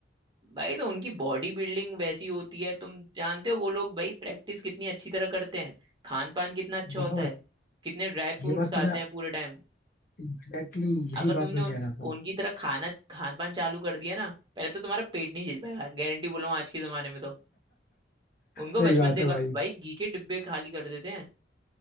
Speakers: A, on the right; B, on the left.
A: भाई तो उनकी बॉडी बिल्डिंग वैसी होती है तुम जानते हो वो लोग भाई प्रैक्टिस कितनी अच्छी तरह करते हैं खान पान कितना अच्छा
B: बहुत
A: होता है कितने ड्राई फ्रूट्स
B: ये बात
A: खाते
B: तो मैं
A: हैं पूरे टाइम
B: एग्जैक्टली exactly यही
A: अगर तुमने
B: बात मैं
A: उन,
B: कह रहा था
A: उनकी तरह खाना खान पान चालू कर दिया ना पहले तो तुम्हारा पेट नहीं झेल पाएगा गारंटी बोला हूं आज के जमाने में तो उनको
B: सही
A: बचपन
B: बात
A: से
B: है भाई
A: भाई घी के डिब्बे खाली कर देते हैं